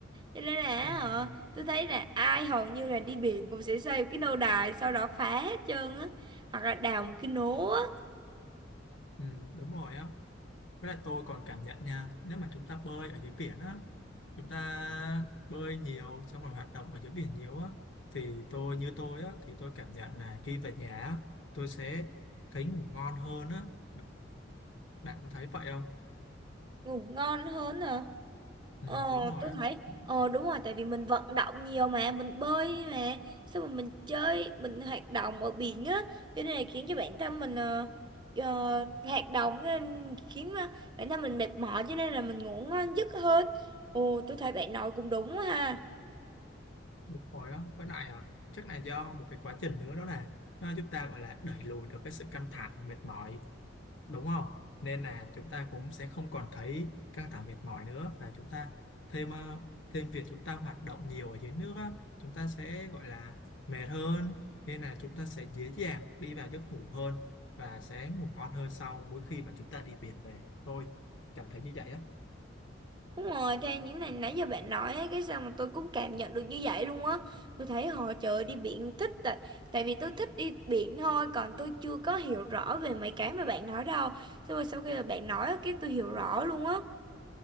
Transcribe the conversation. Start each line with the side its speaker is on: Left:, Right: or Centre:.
Right: cho nên là
Left: ừ.
Right: ờ, tôi thấy là ai hầu như là đi biển cũng sẽ xây một cái lâu đài sau đó phá hết trơn á hoặc là đào một cái nố á
Left: Ừ, đúng rồi á Với lại tôi còn cảm nhận nha, nếu mà chúng ta bơi ở dưới biển á, chúng ta bơi nhiều xong rồi hoạt động ở dưới biển nhiều á, thì tôi như tôi á, thì tôi cảm nhận là khi về nhà á, tôi sẽ thấy ngủ ngon hơn á. Bạn có thấy vậy không?
Right: ngủ ngon hơn hả
Left: Ừ,
Right: Ờ,
Left: đúng rồi
Right: tôi
Left: á,
Right: thấy
Left: Ừ,
Right: ờ đúng rồi tại vì mình vận động nhiều mà mình bơi mà xong rồi mình chơi mình hoạt động ở biển á cho nên là khiến cho bản thân mình ờ, ờ, hoạt động cho nên khiến ờ, bản thân mình mệt mỏi cho nên là mình ngủ ngon giấc hơn. Ồ tôi thấy bạn nói cũng đúng ha.
Left: đúng rồi á. Với lại à, chắc là do một cái quá trình nữa đó nè, nó giúp ta gọi là đẩy lùi được cái sự căng thẳng, mệt mỏi đúng không nên là chúng ta cũng sẽ không còn thấy căng thẳng mệt mỏi nữa và chúng ta thêm ờ, thêm việc chúng ta hoạt động nhiều ở dưới nước á, chúng ta sẽ gọi là mệt hơn nên là chúng ta sẽ dễ dàng đi vào giấc ngủ hơn và sẽ ngủ ngon hơn sau mỗi khi mà chúng ta đi biển về tôi cảm thấy như vậy á
Right: Đúng rồi, theo những này nãy giờ bạn nói ấy, cái sao mà tôi cũng cảm nhận được như vậy luôn á. Tôi thấy họ trời ơi, đi biển thích tại tại vì tôi thích đi biển thôi, còn tôi chưa có hiểu rõ về mấy cái mà bạn nói đâu. Xong rồi sau khi mà bạn nói á, cái tôi hiểu rõ luôn á.